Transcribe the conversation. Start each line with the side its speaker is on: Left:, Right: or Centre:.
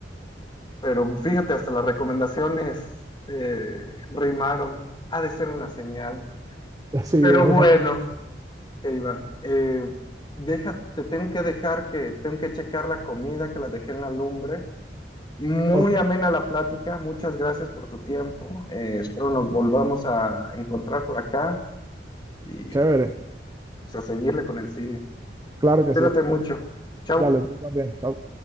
Left: Pero fíjate, hasta las recomendaciones eh, rimaron. Ha de ser una señal.
Right: <laughs> sí,
Left: Pero
Right: es una...
Left: bueno, Iván, eh, deja- te tengo que dejar que tengo que checar la comida que la dejé en la lumbre. Muy
Right: Ok,
Left: amena la plática, muchas gracias por tu tiempo. eh, espero nos volvamos a encontrar por acá y
Right: chévere,
Left: pues, a seguirle con el cine.
Right: claro que
Left: Cuídate
Right: sí.
Left: mucho. Chau.
Right: Dale, tú también, chao.